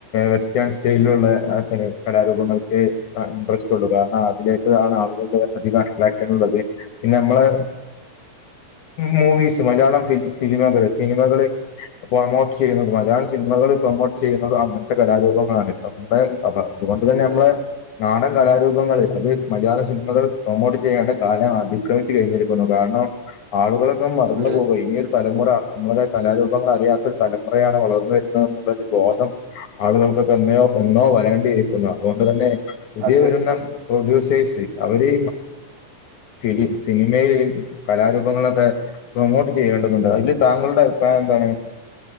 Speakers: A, on the left; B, on the right.
A: വെസ്റ്റേൺ സ്റ്റൈലിലുള്ള ആഹ് കലാരൂപങ്ങൾക്ക് ഇൻട്രസ്റ്റ് ഉള്ളു കാരണം അതിലേക്ക് ആണ് ആളുകളുടെ അധികം അട്രാക്ഷൻ ഉള്ളത് പിന്നെ നമ്മളെ മൂവീസ് മലയാളം സിനിമകള് സിനിമകള് പ്രൊമോട്ട് ചെയ്യുന്നത് മലയാളം സിനിമകളിൽ പ്രൊമോട്ട് ചെയ്യുന്നുന്നത് അങ്ങനത്തെ കലാരൂപങ്ങളാണ് <unintelligible> അതുകൊണ്ട്
B: അതെ
A: തന്നെ നമ്മളെ നാടൻ കലാരൂപങ്ങൾ അത് മലയാള സിനിമകൾ പ്രൊമോട്ട് ചെയ്യേണ്ട കാലം അതി ക്രമിച്ച് കഴിഞ്ഞിരിക്കുന്നു കാരണം ആളുകളൊക്കെ മറന്നു
B: അതെ
A: പോകേ തലമുറ നമ്മളുടെ കലാരൂപങ്ങൾ അറിയാത്തൊരു തലമുറയാണ് വളർന്നു വരുന്നത് എന്നുള്ളൊരു ബോധം ആളുകൾക്കൊക്കെ എന്നോ എന്നോ വരേണ്ടിയിരിക്കുന്നു അതുകൊണ്ട് തന്നെ പുതിയ
B: അതെ
A: വരുന്ന പ്രൊഡ്യൂസേഴ്സ് അവര് ശരി സിനിമയിൽ കലാരൂപങ്ങളൊക്കെ പ്രൊമോട്ട് ചെയ്യേണ്ടതുണ്ട് അതില് താങ്കളുടെ അഭിപ്രായം എന്താണ്